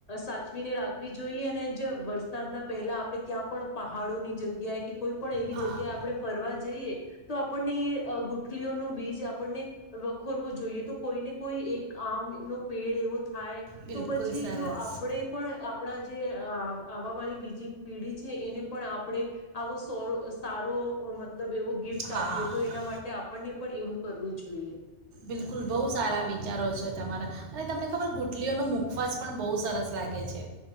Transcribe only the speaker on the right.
હા
બિલકુલ
સરસ
હા
બિલકુલ બહુ સારા વિચારો છે તમારા, અને તમને ખબર ગુટલીઓનું મુખવાસ પણ બહુ સરસ લાગે છે.